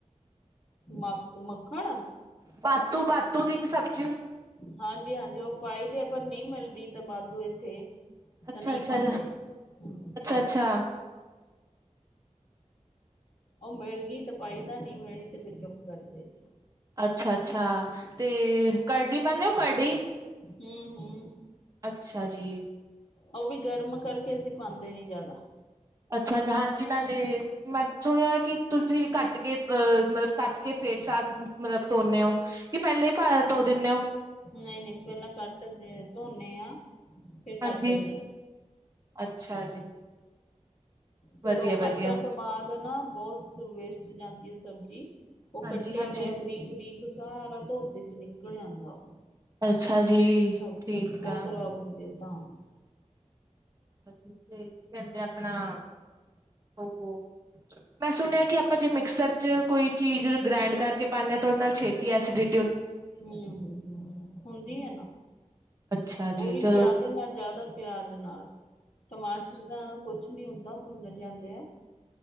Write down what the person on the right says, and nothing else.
ਪਾਤੂ ਪਾਤੂ ਦੀ ਇੱਕ ਸਬਜ਼ੀ ਹੁ
ਅੱਛਾ
ਅੱਛਾ।
ਅੱ
ਅੱਛਾ ਅੱਛਾ।
ਅੱਛਾ ਅੱਛਾ ਤੇ ਕਰਡੀ ਪਾਉਦੇ ਹੋ ਕਰਡੀ?
ਅੱਛਾ ਜੀ।
ਅੱਛਾ ਤੇ ਹਾਂਜੀ ਨਾਲੇ ਮੈਂ ਸੁਣਿਆ ਕਿ ਤੁਸੀਂ ਕੱਟ ਕੇ ਅ ਮਤਲਬ ਕੱਟ ਕੇ ਫੇਰ ਸਾਗ ਮਤਲਬ ਧੋਣਦੇ ਹੋ? ਕਿ ਪਹਿਲਾਂ ਹੀ ਭਾ ਧੋ ਦਿੰਦੇ ਹੋ?
ਹਾਂਜੀ।
ਅੱਛਾ ਜੀ।
ਵਧੀਆ
ਵਧੀਆ
ਹਾਂਜੀ
ਹਾਂਜੀ
ਅੱਛਾ ਜੀ
ਠੀਕ
ਆ
ਤੇ ਕੀ ਕਹਿੰਦੇ ਆ ਆਪਣਾ, ਉਹ ਮੈਂ ਸੁਣਿਆ ਕਿ ਆਪਾਂ ਜੇ ਮਿਕਸਰ ਚ ਕੋਈ ਚੀਜ਼ ਗ੍ਰੈਂਡ ਕਰਕੇ ਪਾਉਂਦੇ ਹਾਂ ਤਾਂ ਉਹਦੇ ਨਾਲ ਛੇਤੀ ਐਸਡਿ-
ਅੱਛਾ
ਜੀ
ਚਲੋ
ਅੱਛਾ